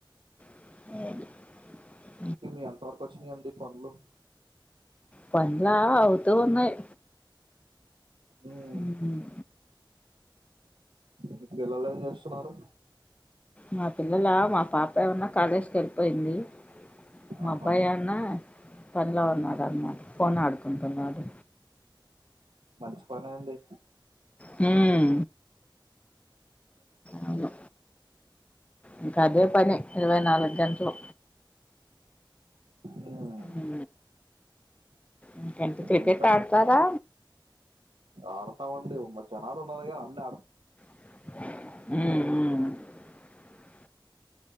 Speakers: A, on the left; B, on the right.
A: <unintelligible>
B: ఎంత వరకొచ్చినయన్డీ పనులు.
A: పన్లా అవుతూ ఉన్నాయ్.
B: ఉమ్,
A: హూహు <inaudible>
B: మీ పిల్లలు ఏం చేస్తున్నారు
A: మా పిల్లలా మా పాప ఏమన్నా కాలేజ్కి ఎళ్ళిపోయింది. మా
B: ఆహా
A: అబ్బాయాన్నా పన్లో ఉన్నాడన్నమాట పోన్ ఆడుకుంటున్నాడు
B: మంచి పనే అండీ
A: హూం అవును ఇంకా అదే పని ఇరవై నాలుగు గంటలు
B: ఉమ్,
A: ఊ ఇంకెంత క్రికెట్
B: ఏంటండి
A: ఆడతారా
B: ఆడతామండి ఉమ్మ జనాలు ఉండాల గానీ అన్నీ ఆడు.
A: ఊఉ